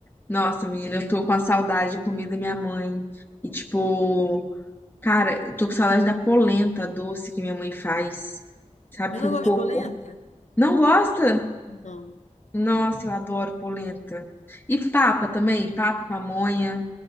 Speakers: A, on the left (about 15°); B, on the left (about 65°).
A: Nossa, menina, eu tô com a saudade de comida da minha mãe. E tipo, cara, eu tô com saudade da polenta doce que minha mãe faz, sabe,
B: Eu não
A: com
B: gosto
A: coco.
B: de polenta?
A: Não gosta?
B: Não.
A: Nossa, eu adoro polenta. E papa também, papa, pamonha.